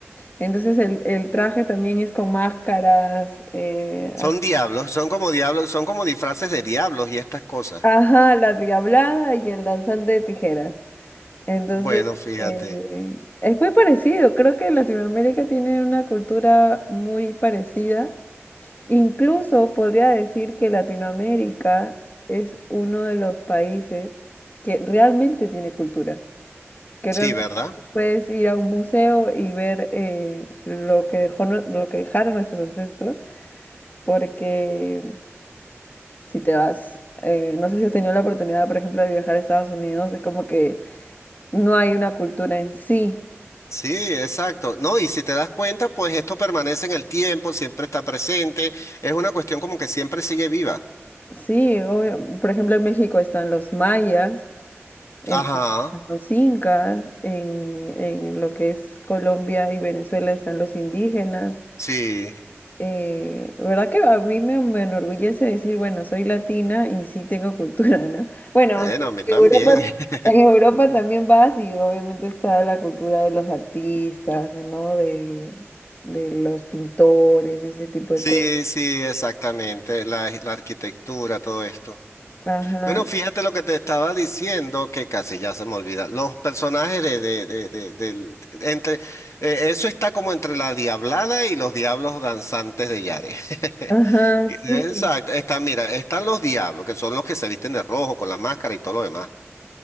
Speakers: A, on the left; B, on the left.
A: Entonces el, el traje también es con máscaras, eh,
B: Son
A: así.
B: diablos, son como diablos, son como disfraces de diablos y estas cosas.
A: Ajá, la Diablada y el danzante de tijeras. Entonces,
B: Bueno, fíjate.
A: eh, es muy parecido. Creo que Latinoamérica tiene una cultura muy parecida. Incluso podría decir que Latinoamérica es uno de los países que realmente tiene cultura. Que
B: Sí,
A: realmente
B: ¿verdad?
A: puedes ir a un museo y ver eh, lo que dejó, nue- lo que dejaron nuestros ancestros. Porque si te vas, eh, no sé si has tenido la oportunidad, por ejemplo, de viajar a Estados Unidos, es como que no hay una cultura en sí
B: Sí, exacto. No, y si te das cuenta, pues esto permanece en el tiempo, siempre está presente. Es una cuestión como que siempre sigue viva.
A: Sí, obvio. Por ejemplo, en México están los mayas, en
B: Ajá,
A: Perú están los incas, en, en lo que es Colombia y Venezuela están los indígenas.
B: sí.
A: Eh, ¿verdad que a mí me, me enorgullece decir, bueno, soy latina y sí tengo cultura, ¿no? Bueno,
B: Bueno,
A: aunque
B: a mí también.
A: en Europa,
B: <laughs>
A: en Europa también vas y obviamente está la cultura de los artistas, ¿no? De, de los pintores y ese tipo de
B: Sí,
A: cosas.
B: sí, exactamente. La, la arquitectura, todo esto.
A: Ajá,
B: Bueno, fíjate lo que te estaba diciendo, que casi ya se me olvida. Los personajes de, de, de, de- del- entre, eh, eso está como entre la Diablada y los Diablos Danzantes de Yare. <laughs>
A: ajá,
B: Exacto.
A: sí,
B: Está, mira, están los diablos, que son los que se visten de rojo con la máscara y todo lo demás.